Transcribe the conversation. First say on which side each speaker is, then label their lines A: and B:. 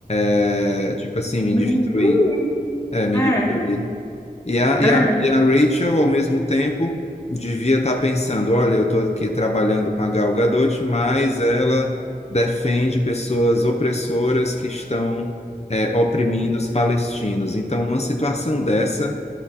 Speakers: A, on the left; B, on the left.
A: é, tipo assim, me
B: Me
A: destruir.
B: destruí.
A: É, me
B: É,
A: destruir. E a,
B: é.
A: e a, e a Rachel, ao mesmo tempo, devia estar pensando: olha, eu estou aqui trabalhando com a Gal Gadot, mas ela defende pessoas opressoras que estão é, oprimindo os palestinos. Então, numa situação dessa.